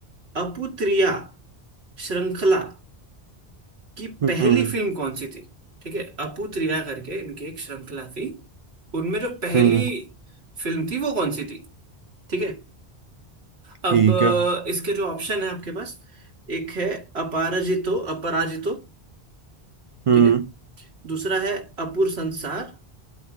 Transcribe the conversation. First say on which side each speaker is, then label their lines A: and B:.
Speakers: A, on the right; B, on the right.
A: अपुत्रिया श्रृंखला कि
B: हम्म
A: पहली फिल्म कौन सी थी ठीक है अपूतरिया करके इनकी एक श्रृंखला थी उनमें जो पहली
B: हम्म
A: फिल्म थी वो कौन सी थी ठीक है अब
B: ठीक है
A: अ, इसके जो ऑप्शन है आपके पास एक है अपराजितो अपराजितो
B: हम्म
A: ठीक है दूसरा है अपूर संसार